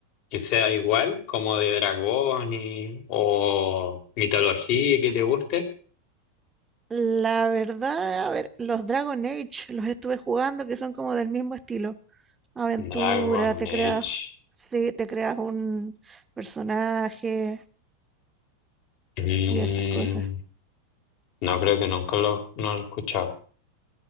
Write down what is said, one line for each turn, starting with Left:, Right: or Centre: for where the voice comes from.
Left: que sea igual, como de dragones o mitología que te guste?
Right: la verdad, a ver, los Dragon Age los estuve jugando que son como del mismo estilo. Aventura,
Left: Dragon
Right: te
Left: Age.
Right: creas, sí, te creas un personaje
Left: Mm,
Right: y esas cosas.
Left: no creo que nunca lo, no lo he escuchado.